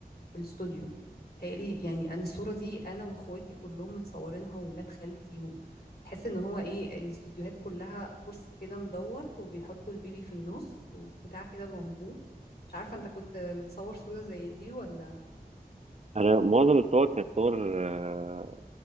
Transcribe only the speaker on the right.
انا معظم الصور كانت صور آه،